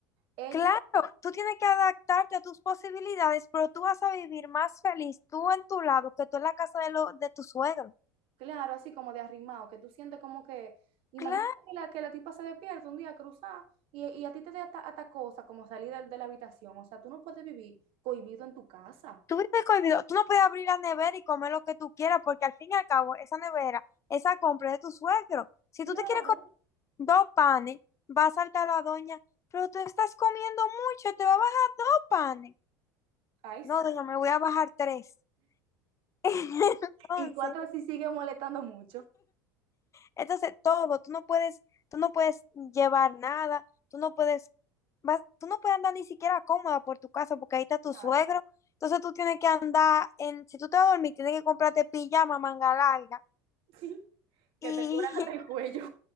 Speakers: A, on the right; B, on the left.
A: Ella,
B: Claro, tú tienes que adaptarte a tus posibilidades, pero tú vas a vivir más feliz tú en tu lado que tú en la casa de, lo, de tu suegro.
A: claro, así como de arrimado, que tú sientes como que, imagínate
B: Claro,
A: que la, que la tipa se despierta un día cruzada y, y a ti te da hasta, hasta cosa como salir del de la habitación, o sea, tú no puedes vivir cohibido en tu casa.
B: tú vives cohibido. Tú no puedes abrir la nevera y comer lo que tú quieras, porque al fin y al cabo, esa nevera, esa compra es de tu suegro. Si
A: Claro.
B: tú te quieres comer dos panes, va a saltar la doña, pero tú estás comiendo mucho, te va a bajar dos panes.
A: Ay, sí.
B: No, doña, me voy a bajar tres. <laughs> Entonces.
A: Y cuatro sí sigue molestando mucho.
B: Entonces, todo, tú no puedes, tú no puedes llevar nada, tú no puedes, vas- tú no puedes andar ni siquiera cómoda por tu casa porque ahí está tu
A: Claro.
B: suegro.
A: <laughs>
B: Entonces tú tienes que andar en, si tú te vas a dormir, tienes que comprarte pijama, manga larga.
A: Sí. Que
B: Y
A: te cura hasta
B: <laughs>
A: el cuello.